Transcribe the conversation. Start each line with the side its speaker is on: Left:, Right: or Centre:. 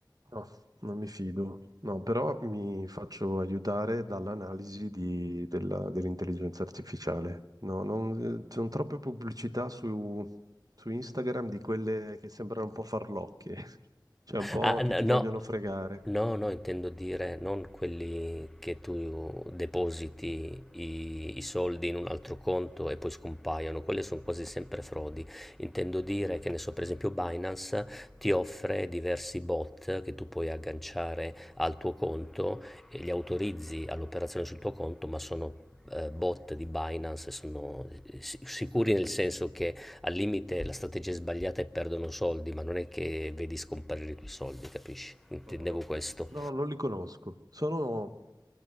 Right: No, non mi fido. No, però mi faccio aiutare dall'analisi di- della- dell'intelligenza artificiale. No, non, eh, ci sono troppe pubblicità su, su Instagram di quelle che sembrano un po' farlocche, <laughs> cioè un po'
Centre: Ah, n-
Right: che ti
Centre: no,
Right: vogliono fregare.
Centre: no, no, intendo dire non quelli che tu depositi i, i soldi in un altro conto e poi scompaiono, quelle sono quasi sempre frodi. Intendo dire che ne so, per esempio, Binance ti offre diversi bot che tu puoi agganciare al tuo conto e li autorizzi all'operazione sul tuo conto, ma sono eh, bot di Binance e sono eh, si- sicuri nel senso che al limite la strategia è sbagliata e perdono soldi, ma non è che vedi scomparire i tuoi soldi, capisci? Intendevo
Right: No,
Centre: questo.
Right: no, non li conosco. Sono